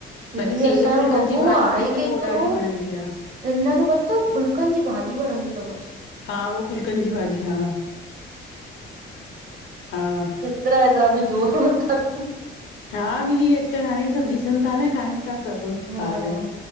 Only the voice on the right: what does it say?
ही
असांजो
बबू
आहे
केतिरो
हिनखे पतो फुलकन जी भाॼी वणंदी तवस।
<unintelligible>
हम्म